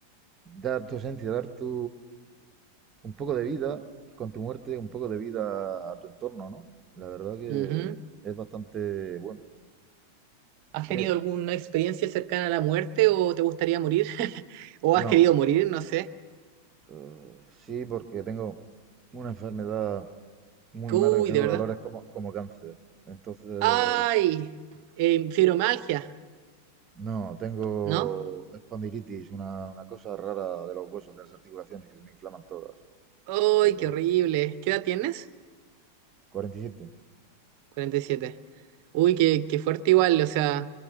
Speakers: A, on the right; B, on the right.
A: dar tu esencia, dar tu un poco de vida, con tu muerte, un poco de vida a tu entorno, ¿no? La verdad que
B: Ujú.
A: es bastante bueno,
B: ¿Has
A: creo.
B: tenido alguna experiencia cercana a la muerte o te gustaría morir? <laughs> ¿O
A: No,
B: has querido morir? No sé.
A: eh, sí, porque tengo una enfermedad muy
B: Uy,
A: mala que tengo
B: de verdad.
A: dolores como, como cáncer. Entonces,
B: ¡Ay! eh, fibromialgia,
A: No, tengo
B: ¿no?
A: espondilitis, una, una cosa rara de los huesos, de las articulaciones que se me inflaman todas.
B: ¡Ay,
A: Entonces,
B: qué horrible! ¿Qué edad tienes?
A: 47.
B: 47. Uy, qué, qué fuerte igual, o sea,